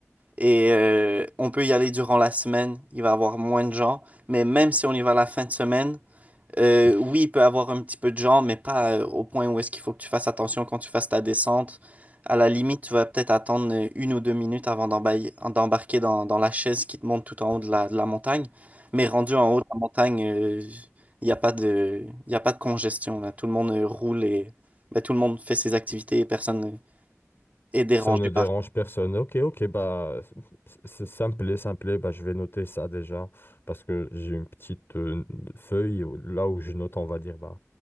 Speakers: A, on the right; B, on the left.
A: Et euh, on peut y aller durant la semaine, il va y avoir moins de gens. Mais même si on y va la fin de semaine, euh, oui, il peut avoir un petit peu de genre, mais pas euh, au point où est-ce qu'il faut que tu fasses attention quand tu fasses ta descente. À la limite, tu vas peut-être attendre euh, une ou deux minutes avant d'embailler- d'embarquer dans, dans la chaise qui te monte tout en haut de la, de la montagne. Mais rendu en haut de la montagne, euh, il n'y a pas de, il y a pas de congestion, là. Tout le monde euh, roule et ben, tout le monde fait ses activités et personne euh, est dérangé
B: Ça ne dérange
A: par.
B: personne. Ok, ok, bah, c- c- ça me plaît, ça me plaît. Bah, je vais noter ça déjà parce que j'ai une petite euh, feuille où- là où je note, on va dire, bah,